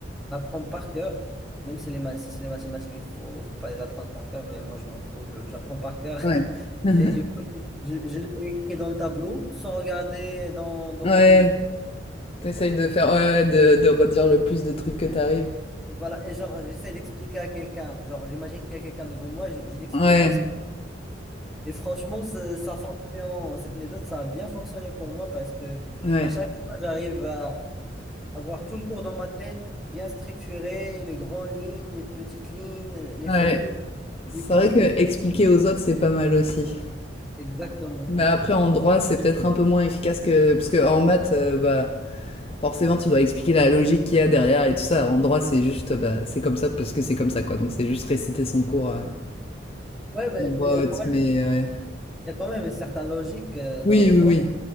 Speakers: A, in the centre; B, on the left.
A: J'apprends par cœur, même si, les, ma- si c'est les mathématiques, il faut, faut pas les apprendre par cœur, mais moi, je m'en fous, je- j'apprends par cœur. <laughs>
B: ouais, ouais.
A: Et du
B: <laughs>
A: coup, je, je l'ai écrit dans le tableau sans regarder dans, dans
B: Ouais,
A: mon cahier.
B: t'essayes de faire, ouais, ouais, de, de redire le plus de trucs que t'arrives.
A: Voilà, et genre, j'essaie d'expliquer à quelqu'un. Genre, j'imagine qu'il y a quelqu'un devant moi, je, je l'explique
B: Ouais,
A: comme ça. Et franchement, ça, ça fonctionne. Cette méthode, ça a bien fonctionné pour moi parce que
B: ouais,
A: à chaque fois, j'arrive à avoir tout le cours dans ma tête, bien structuré, les grandes lignes, les petites lignes, les
B: ouais.
A: formules,
B: C'est
A: du tout
B: vrai
A: en
B: que
A: fait.
B: expliquer aux autres, c'est pas mal aussi.
A: Exactement.
B: Mais après, en droit, c'est peut-être un peu moins efficace que. Parce que en maths, euh, bah, forcément, tu dois expliquer la logique qu'il y a derrière et tout ça. En droit, c'est juste. Bah, c'est comme ça parce que c'est comme ça, quoi. Donc, c'est juste réciter son cours euh,
A: Ouais, mais
B: en voix
A: il y a
B: haute.
A: quand
B: Mais
A: même,
B: ouais.
A: il y a quand même une certaine logique euh,
B: Oui,
A: dans le droit.
B: oui, oui.